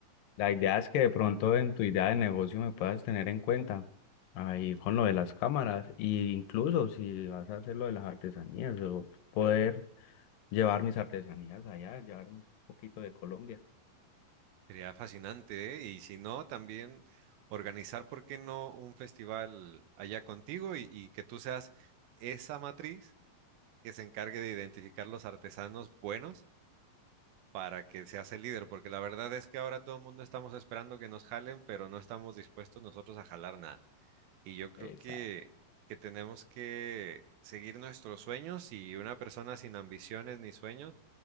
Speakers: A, on the left; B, on the right.
A: La idea es que de pronto en tu idea de negocio me puedas tener en cuenta ahí con lo de las cámaras e incluso si vas a hacer lo de las artesanías, o poder llevar mis artesanías allá, llevar un poquito de Colombia.
B: Sería fascinante, ¿eh? Y si no, también organizar, ¿por qué no un festival allá contigo y y que tú seas esa matriz que se encargue de identificar los artesanos buenos para que seas el líder, porque la verdad es que ahora todo el mundo estamos esperando que nos jalen, pero no estamos dispuestos nosotros a jalar nada. Y yo creo
A: Exacto.
B: que, que tenemos que seguir nuestros sueños y una persona sin ambiciones ni sueños